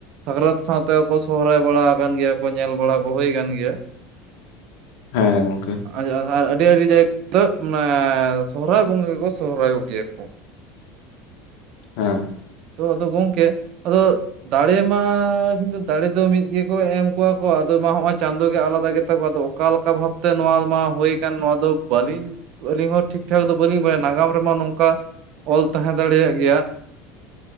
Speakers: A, on the right; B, on the left.
A: ᱥᱟᱠᱨᱟᱛ ᱥᱟᱶ ᱛᱮᱦᱚ ᱠᱚ ᱥᱚᱦᱨᱟᱭ ᱵᱟᱲᱟ ᱠᱟᱱ ᱜᱮᱭᱟ ᱠᱚ ᱧᱮᱞ ᱵᱟᱲᱟ ᱠᱚ ᱦᱩᱭ ᱟᱠᱟᱱ ᱜᱮᱭᱟ᱾
B: ᱦᱮᱸ ᱜᱚᱝᱠᱮ᱾
A: ᱟᱪᱷᱟ ᱟᱨ ᱟᱹᱰᱤ ᱟᱹᱰᱤ ᱡᱟᱭᱜᱟ ᱫᱚ ᱮᱻ ᱥᱚᱦᱨᱟᱭ ᱵᱚᱸᱜᱟ ᱜᱮᱠᱚ ᱥᱚᱦᱨᱟᱭᱚᱜ ᱜᱮᱭᱟ ᱠᱚ᱾
B: ᱦᱮᱸ᱾
A: ᱛᱚ ᱟᱫᱚ ᱜᱚᱝᱠᱮ ᱟᱫᱚ ᱫᱟᱲᱮ ᱢᱟ ᱠᱤᱱᱛᱩ ᱫᱟᱲᱮ ᱫᱚ ᱢᱤᱫ ᱜᱮᱠᱚ ᱮᱢ ᱠᱚᱣᱟ ᱠᱚ ᱟᱫᱚ ᱢᱟ ᱦᱚᱜ ᱚᱭ ᱪᱟᱸᱫᱳ ᱜᱮ ᱟᱞᱟᱫᱟ ᱜᱮᱛᱟ ᱠᱚᱣᱟ ᱟᱫᱚ ᱚᱠᱟ ᱞᱮᱠᱟ ᱵᱷᱟᱵᱽ ᱛᱮ ᱱᱚᱣᱟ ᱢᱟ ᱦᱳᱭ ᱠᱟᱱ ᱱᱚᱣᱟ ᱫᱚ ᱵᱟᱹᱞᱤᱧ ᱟᱹᱞᱤᱧ ᱦᱚᱸ ᱴᱷᱤᱠ ᱴᱷᱟᱠ ᱫᱚ ᱵᱟᱹᱞᱤᱧ ᱵᱟᱲᱟᱭᱟ ᱱᱟᱜᱟᱢ ᱨᱮᱢᱟ ᱱᱚᱝᱠᱟ ᱚᱞ ᱛᱟᱦᱮᱸ ᱫᱟᱲᱮᱭᱟᱜ ᱜᱮᱭᱟ᱾